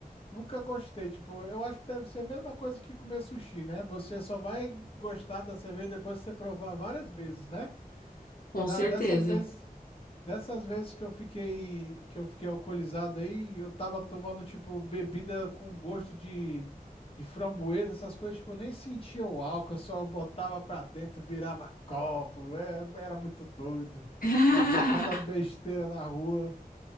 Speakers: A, on the left (about 35°); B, on the left (about 65°).
A: Nunca gostei, tipo, eu acho que deve ser a mesma coisa que comer sushi, né? Você só vai gostar da cerveja depois que você provar várias vezes, né?
B: Com
A: Na,
B: certeza.
A: dessas vezes Dessas vezes que eu fiquei que eu fiquei alcoolizado aí, eu tava tomando tipo bebida com gosto de, de framboesa, essas coisas, tipo, eu nem sentia o álcool, eu só botava pra dentro, virava copo, é, era muito doido.
B: <laughs>
A: Fazia cada besteira na rua.